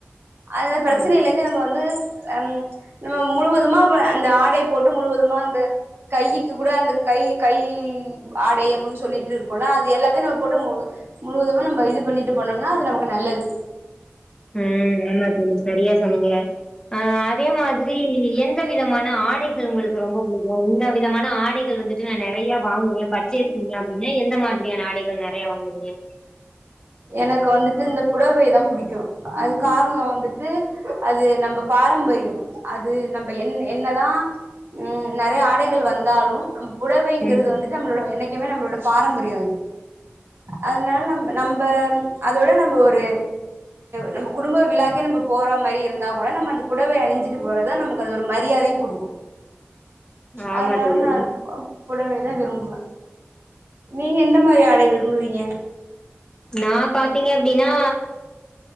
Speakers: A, on the right (about 60°); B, on the left (about 15°).
A: அந்த பிரச்சனையில
B: ம்
A: இருந்து நம்ம வந்து ம் நம்ப முழுவதுமா அந்த ஆடை போட்டு முழுவதுமா அந்த கையிக்கி கூட அந்த கை கை ஆடை அப்புடினு சொல்லிட்டு இருக்கு அது எல்லாத்தையும் நம்ப போட்டு முழுவதுமா நம்ப இது பண்ணிட்டு போனோம்னா அது நமக்கு நல்லது
B: ஹம் ஆமா தோழி சரியா சொன்னீங்க ஆஹ அதே மாதிரி என் வித விதமான ஆடைகள் உங்களுக்கு ரொம்ப பிடிக்கும் இந்த விதமான ஆடைகள் வந்துட்டு நானு நிறைய வாங்குவேன் பர்ச்சேஸ் பண்ணுவேன் அப்புடன்னா எந்த மாதிரி ஏன் ஆடைகள் நிறைய வாங்குவீங்க
A: எனக்கு வந்துட்டு இந்த புடவை தான் பிடிக்கும் அது காரணம் வந்துட்டு அது நம்ம பாரம்பரியம் அது நம்ம என் என்னதான் உம் நிறைய ஆடைகள் வந்தாலும் நம் புடவைங்கறது
B: ம்
A: வந்துட்டு நம்மளோட என்னைக நம்பளோட பாரம்பரியம் அது அதனால நம் நம்ப நம்ம அதோட நம்ம ஒரு நம்ப குடும்ப விழாக்கே நம்ப போற மாதிரி இருந்தா கூட நம்ப அந்த புடவை அணிச்சிட்டு போறது நமக்கு அது ஒரு மரியாதையும் கொடுக்கும்
B: ஆமா
A: அதனால
B: தோழி
A: நான் அது புடவைதான் விரும்புவேன் <inaudible> <unintelligible>
B: நான் பாத்தீங்க அப்படின்னா